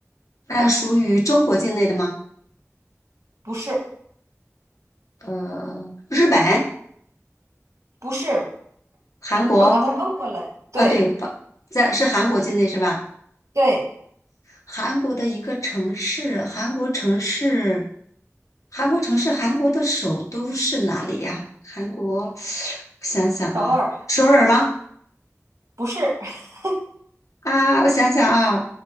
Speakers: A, on the left; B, on the right.
A: 那属于中国境内的吗？
B: 不是
A: 呃，日本、
B: 不是，
A: 韩国，
B: 不是我刚才问过了呀，对
A: 啊，对，不在是韩国境内是吧？
B: 对，
A: 韩国的一个城市，韩国城市，韩国城市，韩国的首都是哪里呀？韩国，<sighs> <sucks teeth> 我想想啊，
B: 首尔
A: 首尔吗？
B: 不是，<laughs>
A: 啊，我想想啊，